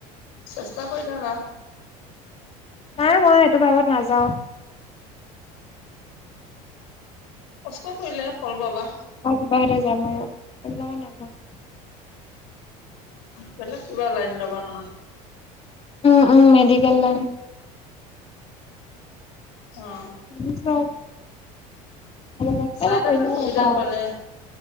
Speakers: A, on the left; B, on the left.
A: চেষ্টা কৰি থাকা
B: নাই মই এইটো ভাবত নাযাও
A: কষ্ট কৰিলেহে ফল পাবা
B: হতে যাম আৰু এইবিলাকত নাযাওঁ
A: বেলেগ কিবা লাইন ল'বা নহলে
B: উম উম মেডিকেল লাইন
A: অ
B: কিবা হল
A: চাই
B: আৰু
A: থাকা সুবিধা পালে